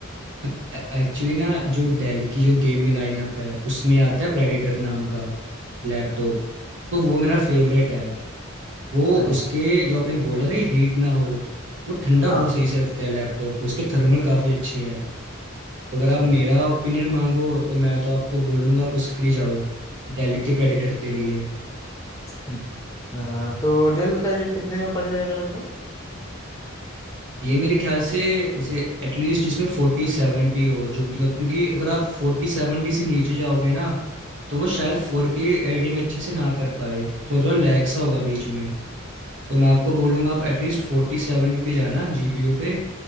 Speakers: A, on the right (about 60°); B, on the left (about 15°).
A: एक्चुअली ना जो डेल की जो गेमिंग लाइनअप है उसमें आता है प्रेडिटर नाम का लैपटॉप तो वो मेरा फेवरेट है वो
B: हाँ
A: उसके जो आपने बोला था कि हीट ना हो तो वो ठंडा
B: हाँ
A: बहुत सही से रखता है लैपटॉप को उसके थर्मल काफ़ी अच्छे हैं तो अगर
B: अच्छा
A: आप मेरा ओपिनियन मांगो तो मैं तो आपको बोलूँगा आप उसके लिए जाओ डेल के प्रेडिटर के लिए
B: हम्म। अ, तो डेल का ये कितने में पड़ जाएगा लगभग
A: ये मेरे ख्याल से जैसे एटलीस्ट जिसमें फोर्टी सेवेंटी हो जो मतलब क्योंकि अगर आप फोर्टी सेवेंटी से नीचे जाओगे ना तो वो शायद फोर के एडिटिंग अच्छे से ना कर पाए थोड़ा थोड़ा लैग सा होगा बीच में तो मैं आपको बोलूँगा आप एटलीस्ट फोर्टी सेवेंटी पे जाना जीपीयू पे